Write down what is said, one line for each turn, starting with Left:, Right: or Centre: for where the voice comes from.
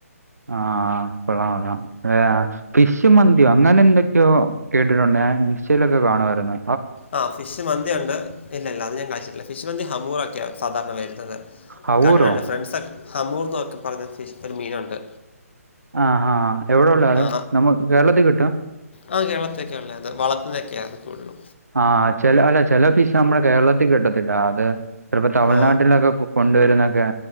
Right: ആഹ് <unintelligible> ഫിഷ് മന്ത്യൊ അങ്ങനെ എന്തെക്കൊ കേട്ടിട്ടുണ്ട്. ലൊക്കെ കാണ്വാര്ന്ന്.
Left: ആഹ് ഫിഷ് മന്തി ഉണ്ട്. ഇല്ല ഇല്ല അത് ഞാൻ കഴിച്ചിട്ടില്ല. ഫിഷ് മന്തി ഹവ്വാക്ക്യ സാധാരണ വരുന്നത്.
Right: ഹവൂറോ
Left: കണ്ടണ്ട് ഫ്രസ് ഹമൂർ എന്നൊക്കെ പറയുന ഫിഷ് ഒരു മീനൂണ്ട്.
Right: ആഹ് ആഹ് എവിടെ ഉള്ളത്.
Left: ആ
Right: നമ്മക്ക് കേരളത്തി കിട്ടും.
Left: ആ കേരളത്തിക്കെല്ലത് <unintelligible> വളത്തിനെക്ക കിട്ടൊള്ളൂ
Right: ആഹ് ചെല അല ചെല ഫിഷ് നമ്മടെ കേരളത്തി കിട്ടത്തില്ല അത്. ചെലപ്പോ തമിഴ്നാട്ടിലൊക്കെ
Left: ആ
Right: കൊണ്ടുവരുന്നൊക്കെ